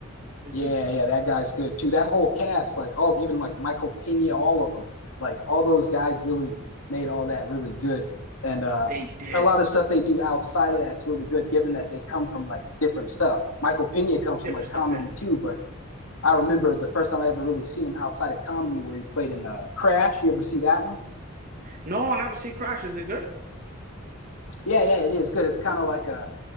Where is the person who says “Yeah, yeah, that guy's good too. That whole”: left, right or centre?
Left